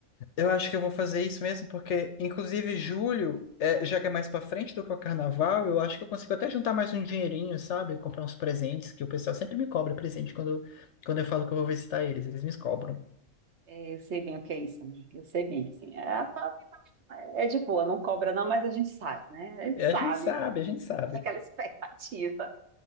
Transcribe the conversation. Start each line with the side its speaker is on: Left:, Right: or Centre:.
Left: Eu acho que eu vou fazer isso mesmo, porque, inclusive, julho, é, já que é mais pra frente do que o carnaval, eu acho que eu consigo até juntar mais um dinheirinho, sabe? Comprar uns presentes, que o pessoal sempre me cobra presente quando, quando eu falo que eu vou visitar eles, eles me cobram.
Right: É, eu sei bem o que é isso, amiga. Eu sei bem, assim. É, a Fábio é de boa, não cobra não, mas a gente sabe, né? A gente
Left: É
Right: sabe.
Left: a gente sabe, a gente sabe.
Right: É aquela <laughs> expectativa.